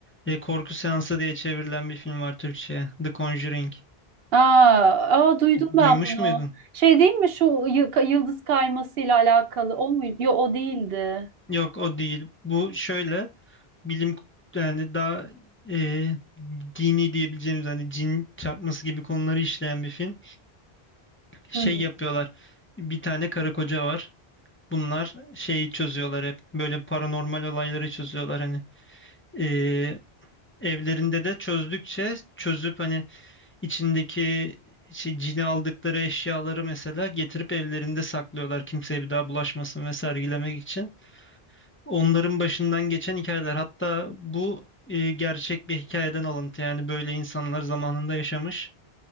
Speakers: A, on the left (about 15°); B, on the right (about 70°).
A: e, Korku Seansı diye çevrilen bir film var Türkçe'ye. The Conjuring.
B: Aa, aa duydum ben
A: Duymuş
B: bunu.
A: muydun?
B: Şey değil mi şu yı- yıldız kaymasıyla alakalı o muydu? Yok o değildi.
A: Yok o değil. Bu şöyle bilim yani daha e, dini diyebileceğimiz hani cin çarpması gibi konuları işleyen bir film. Şey
B: Hı hı.
A: yapıyorlar. Bir tane karı koca var. Bunlar şeyi çözüyorlar hep. Böyle paranormal olayları çözüyorlar hani. E, evlerinde de çözdükçe çözüp hani İçindeki şey cini aldıkları eşyaları mesela getirip evlerinde saklıyorlar kimseye bir daha bulaşmasın ve sergilemek için. Onların başından geçen hikayeler hatta bu e, gerçek bir hikayeden alıntı yani böyle insanlar zamanında yaşamış.